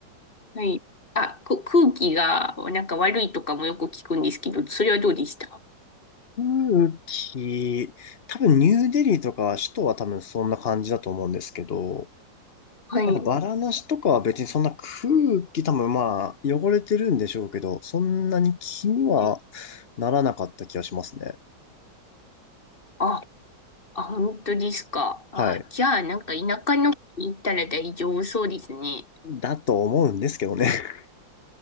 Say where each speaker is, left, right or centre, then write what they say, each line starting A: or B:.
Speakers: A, on the left; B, on the left.
A: はい。あ、く、空気がなんか悪いとかもよく聞くんですけど、それはどうでした
B: 空気、多分ニューデリーとか首都は多分そんな感じだと思うんですけど、
A: はい。
B: なんかバラナシとかは別にそんな空気多分まあ汚れてるんでしょうけど、そんなに気には
A: ね
B: ならなかった気がしますね。
A: あ、あ、本当ですか。あ、
B: はい。
A: じゃあ、なんか田舎の方に行ったら大丈夫そうですね。
B: だと思うんですけどね。<laughs>